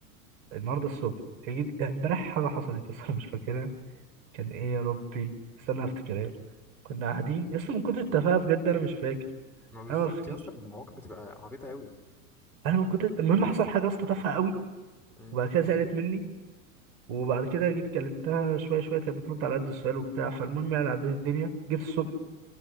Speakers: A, on the right; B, in the centre.
A: النهارده الصبح جيت لا، امبارح حاجه حصلت يا اسطى مش فاكرها كان ايه يا ربي استنى افتكرها لك. كنا قاعدين يا اسطى من كتر التفاهه بجد انا مش فاكر
B: ما بالظبط
A: انا ما افتكرش
B: يا اسطى المواقف بتبقى عبيطه قوي
A: انا من كتر المهم حصل حاجه يا اسطى تافهه قوي
B: مم.
A: وبعد كده زعلت مني وبعد كده جيت كلمتها شويه شويه كانت بترد على قد السؤال وبتاع فالمهم يعني عديت الدنيا جيت الصبح